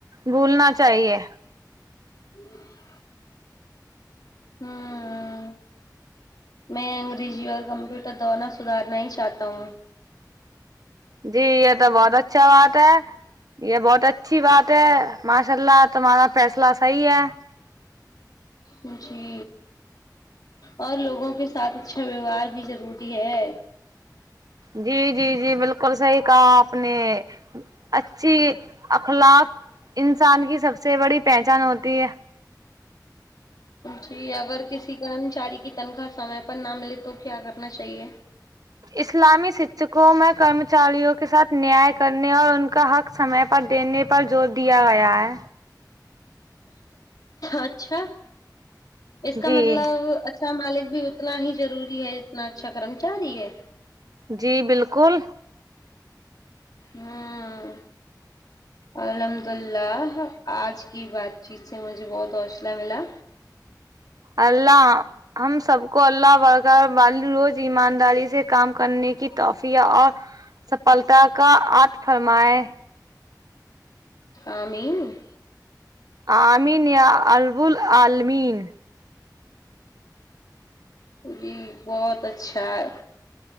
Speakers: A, on the right (about 60°); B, on the left (about 60°).
A: بھولنا چاہیے
B: ہی <inaudible> ہوں میں انگریزی اور کمپیوٹر دونوں سدھارنا ہی چاہتا ہوں
A: جی یہ تو بہت اچھا بات ہے یہ بہت اچھی بات ہے ماشاء اللہ تمہارا فیصلہ صحیح ہے
B: م جی اور لوگوں کے ساتھ اچھا ویوہار بھی ضروری ہے
A: جی جی جی بالکل صحیح کہا آپ نے اچھی اخلاق انسان کی سب سے بڑی پہچان ہوتی ہے
B: جی اگر کسی کرمچاری کی تنخواہ سمے پر نہ ملے تو کیا کرنا چاہیے
A: اسلامی شکشکوں میں کرمچاریوں کے ساتھ نیائے کرنے اور ان کا حق سمے پر دینے پر زور دیا گیا ہے
B: اچھا اس کا
A: جی
B: مطلب اچھا مالک بھی اتنا ہی ضروری ہے جتنا اچھا کرمچاری ہے
A: جی بالکل
B: ہوں الحمد للہ آج کی بات چیت سے مجھے بہت حوصلہ ملا
A: اللہ ہم سب کو اللہ رک وال روز ایمانداری سے کام کرنے کی توحفع اور سفلتا کا آت فرمائیں
B: آمین
A: آمین یا ال بل آلمین
B: جی بہت اچھا ہے